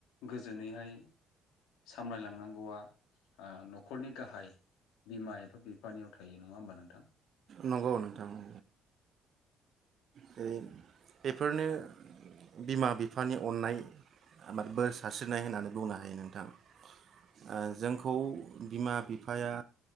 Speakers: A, on the left; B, on the right.
A: गोजोनैहाय सामलायलांनांगौआ ओ न'खरनि गाहाय बिमा एबा बिफानियाव थायो। नङा होमबा नोंथां?
B: नंगौ नोंथां उम जे बेफोरनो बिमा बिफानि अननाय आबाद बोर सारस्रिनाय होननानै बुंनो हायो नोंथां ओ जोंखौ बिमा बिफाया